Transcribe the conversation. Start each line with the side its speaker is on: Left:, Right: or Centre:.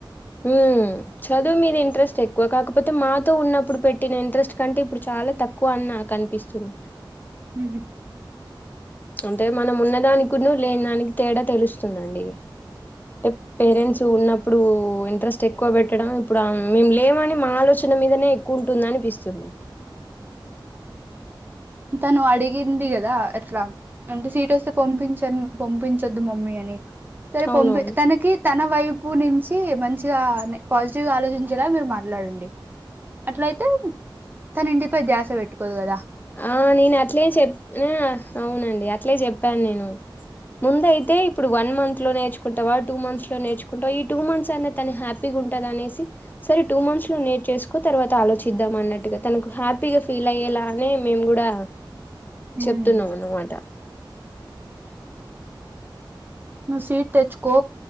Left: ఉమ్ చదువు మీద ఇంట్రెస్ట్ ఎక్కువ కాకపోతే మాతో ఉన్నప్పుడు పెట్టిన ఇంట్రెస్ట్ కంటే ఇప్పుడు చాలా తక్కువ అని నాకు అన్పిస్తుంది
Right: ఊహూ
Left: అంటే మనం ఉన్న దానికున్ను లేని దానికి తేడా తెలుస్తుందండి టే పేరెంట్స్ ఉన్నప్పుడు ఇంట్రెస్ ట్ ఎక్కువ పెట్టడం ఇప్పుడు ఆం మేము లేమని మా ఆలోచన మీదనే ఎక్కువ ఉంటుందనిపిస్తుంది
Right: తను అడిగింది కదా ఎట్లా అంటే సీట్ వస్తే పంపించన్ పంపించద్దు మమ్మీ అని సరే
Left: అవునవును
Right: పంపి తనకి తన వైపు నుంచి మంచిగా పాజిటివ్ గా ఆలోచించేలా మీరు మాట్లాడండి అట్లయితే తన ఇంటిపై ధ్యాస పెట్టుకోదు కదా
Left: ఆ నేను అట్లే చె ఊ అవునండి అట్లే చెప్పాను నేను ముందు అయితే ఇప్పుడు వన్ మంత్ లో నేర్చుకుంటావా టూ మంత్స్ లో నేర్చుకుంటావా ఈ టూ మంత్స్ అన్నా తను హ్యా పీ గుంటదనేసి సరే టూ మంత్స్ లో నేర్చేసుకో తర్వాత ఆలోచిద్దాం అన్నట్టుగా తనకు హ్యాపీగా ఫీల్ అయ్యేలా అనే మేము కూడా
Right: హ్మ్.
Left: చెప్తున్నాం అన్నమాట
Right: నువ్వు సీట్ తెచ్చుకో